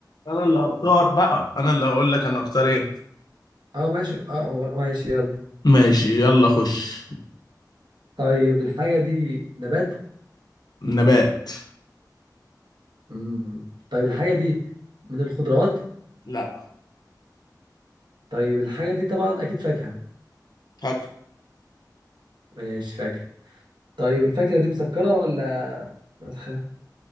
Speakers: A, on the left; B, on the right.
A: انا اللي هختار بقى انا اللي هقول لك انا هختار ايه
B: اه ماشي اه ماشي يلا
A: ماشي يلا خش
B: طيب الحاجه دي نبات
A: نبات
B: مم. طيب الحاجه دي من الخضروات
A: لا
B: طيب الحاجه دي طبعا اكيد فاكهه
A: فاكهة.
B: ماشي فاكهه طيب الفاكهه دي مسكره ولا مسخه